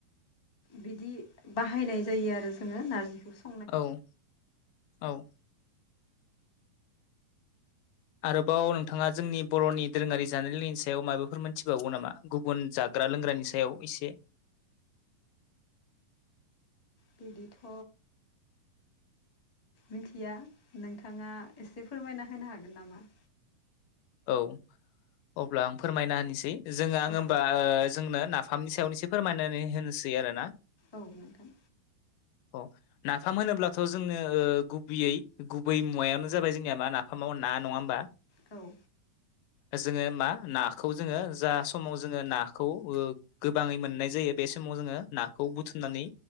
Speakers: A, on the left (about 20°); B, on the left (about 80°).
A: बिदि बाहायनाय जायो आरो जोङो नारजिखौसो
B: औ औ आरोबाव नोंथाङा जोंनि बर'नि दोरोङारि जानायनि सायाव माबाफोर मोनथिबावगौ नामा? गुबुन जाग्रा लोंग्रानि सायाव एसे
A: बिदिथ' मिथिया नोंथाङा एसे फोरमायना होनो हागोन नामा?
B: औ अब्ला आं फोरमायना होनोसै जोङो आं
A: औ
B: होमबा ओ जोंनो नाफामनि सायावनो एसे फोरमायनानै होनोसै आरो ना।
A: औ नोंथां
B: अ नाफाम होनोब्लाथ' जोंनो ओ गुबैयै गुबै मुवायावनो जाबाय जोंनिया मा नाफामाव ना नङा होमबा।
A: औ
B: जोङो मा नाखौ जोङो जा समाव जोङो नाखौ ओ गोबाङै मोननाय जायो बे समाव जोङो नाखौ बुथुमनानै